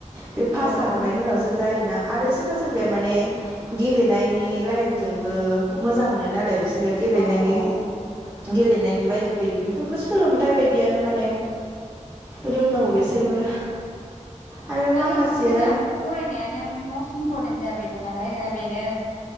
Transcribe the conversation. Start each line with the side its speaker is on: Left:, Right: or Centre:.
Right: बे पास
Left: ओम
Right: जाखांनायनि उनावसो जायोना आरो सोरबा सोरबाया माने गेलेनायनि लाइनजोंबो मोजां मोनो नालाय बिसो सोरो गेलेनायनि
Left: औ औ
Right: गेलेनायनि बायदि बायदि बि फोरबो सोलोंथाइ बायदियानो माने रोंनांगौ
Left: उम
Right: बिसोरबो आरो
Left: माने
Right: माखासेया
Left: जोंना फरायनायानो मस्ट इम्परटेन्ट जाबायमोन नालाय जोंना बेनो